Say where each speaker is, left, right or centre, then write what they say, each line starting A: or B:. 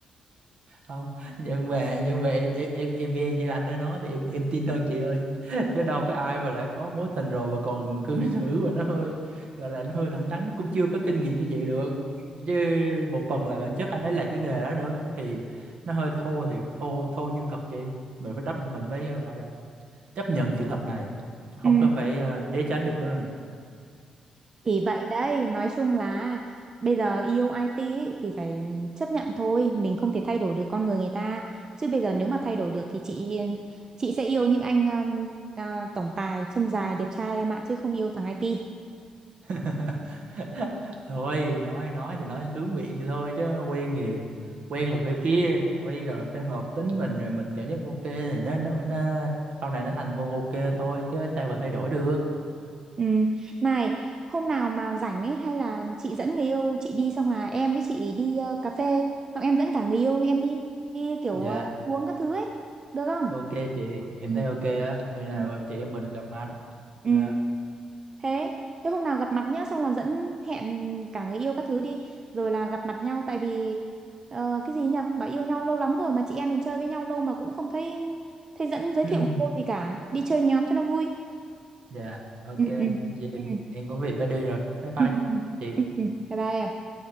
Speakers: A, on the right (about 55°); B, on the right (about 25°).
A: không nhưng mà nhưng mà em em em, em nghe như anh ấy nói thì em em tin hơn chị ơi <laughs> chứ đâu có ai mà đã có mối tình rồi mà còn cư xử và <laughs> nó hơi gọi là nó hơi thẳng thắn nó cũng chưa có kinh nghiệm như vậy được chứ một phần là bản chất anh ấy là cái nghề đó nữa thì nó hơi thô thiệt thô thô nhưng thật chị mình phải đắp mình phải gọi là chấp nhận sự thật này không
B: Ừ.
A: có phải ờ, né tránh được nữa rồi
B: Thì vậy đấy, nói chung là bây giờ yêu IT ấy, thì phải chấp nhận thôi, mình không thể thay đổi được con người người ta. Chứ bây giờ nếu mà thay đổi được thì chị chị sẽ yêu những anh um, à, tổng tài chân dài đẹp trai em ạ chứ không yêu thằng IT.
A: <laughs> thôi nói nói thì nói lướng miệng vậy thôi chứ quen thì quen là phải kia quen rồi phải hợp tính mình rồi mình cảm giác ok thì nó, nó nó sau này nó thành con ok thôi chứ sao mà thay đổi được
B: Ừ. Này, hôm nào mà rảnh ấy hay là chị dẫn người yêu chị đi xong là em với chị đi ờ, cà phê, xong em dẫn cả người yêu em đi, đi kiểu
A: dạ
B: ờ, uống các thứ ấy, được không?
A: ok chị em
B: Ừ.
A: thấy ok á khi nào
B: Ừ.
A: chị em mình gặp mặt
B: Ừ.
A: dạ
B: Thế, thế hôm nào gặp mặt nhá, xong là dẫn hẹn cả người yêu các thứ đi, rồi là gặp mặt nhau tại vì ờ, cái gì nhỉ? Bảo yêu nhau lâu lắm rồi mà chị em mình chơi với nhau lâu mà cũng không thấy thấy dẫn giới
A: <laughs>
B: thiệu cô gì cả. Đi chơi nhóm cho nó vui.
A: dạ ok
B: Ừ ừ.
A: vậy
B: Ừ ừ.
A: em có việc phải đi rồi bye bye
B: ừ, ừ.
A: chị
B: Ừ, ừ. Bye bye em.